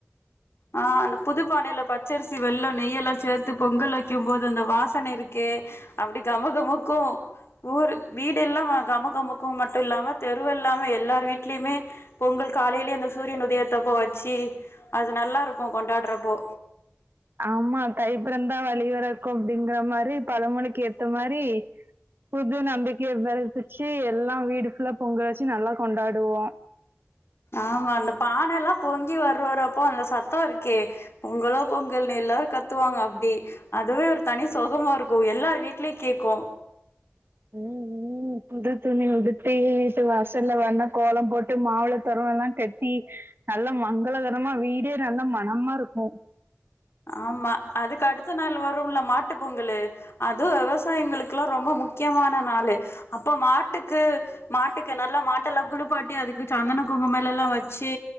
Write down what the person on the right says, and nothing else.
ஆமா தைப்பிறந்தா வழி வழிபிறக்கும் அப்டிங்கற மாரி பழமொழிக்கு ஏத்த மாரி புது நம்பிக்கையை வெதசுச்சு எல்லா வீடு புல்லா பொங்க வச்சு நல்லா கொண்டாடுவோ
ம் ம் ம் புது துணி உடுத்தி வீட்டு வாசல்ல வண்ணகோலம் போட்டு மாவெள தோரண எல்லா கட்டி நல்லா மங்களகரமா வீடே நல்லா மனமா இருக்கு